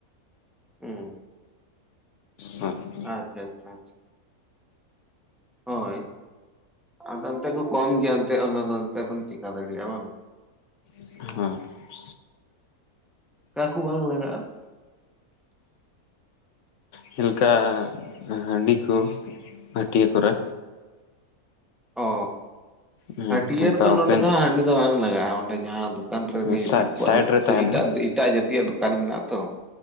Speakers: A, in the centre; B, on the left.
A: ᱩᱸ
B: ᱦᱚ
A: ᱟᱪᱪᱷᱟ, ᱟᱪᱪᱷᱟ, ᱟᱪᱷᱟ ᱾ ᱦᱳᱭ, ᱟᱫᱚ ᱚᱱᱛᱮ ᱵᱚ ᱠᱚᱢ ᱜᱮᱭᱟ ᱮᱱᱛᱮ ᱚᱱᱟ ᱱᱚᱛᱮ ᱵᱚᱱ ᱪᱮᱠᱟ ᱫᱟᱲᱮᱭᱟᱜᱼᱟ ᱵᱟᱝ?
B: ᱦᱮᱸ ᱾
A: ᱠᱟ ᱠᱩ ᱵᱟᱝ ᱞᱟᱜᱟᱜᱼᱟ?
B: ᱪᱤᱞᱠᱟ ᱦᱟᱺᱰᱤ ᱠᱚ ᱦᱟᱹᱴᱭᱟᱹ ᱠᱚᱨᱮ?
A: ᱚᱻ,
B: ᱦᱮᱸ
A: ᱦᱟᱹᱴᱭᱟᱹ
B: ᱚᱱᱠᱟ
A: ᱨᱮᱫᱚ
B: ᱳᱯᱮᱱ
A: ᱱᱚᱰᱮ ᱫᱚ ᱦᱟᱸᱜ ᱦᱟᱺᱰᱤ ᱫᱚ ᱵᱟᱝ ᱞᱟᱜᱟᱜᱼᱟ ᱾ ᱚᱸᱰᱮ ᱡᱟᱦᱟᱸ ᱫᱩ ᱠᱟᱱ ᱨᱮᱱᱤ
B: ᱥᱟᱭ
A: ᱫᱤᱠᱩᱣᱟᱜ
B: ᱥᱟᱭᱤᱰ
A: ᱫᱚ ᱠᱤᱪᱷᱩ
B: ᱨᱮ ᱛᱟᱦᱮᱱᱟ
A: ᱮᱴᱟᱜ ᱫᱤ ᱮᱴᱟᱜ ᱡᱟᱹᱛᱤᱭᱟᱜ ᱫᱩᱠᱟᱱ ᱢᱮᱱᱟᱜᱼᱟ ᱛᱚ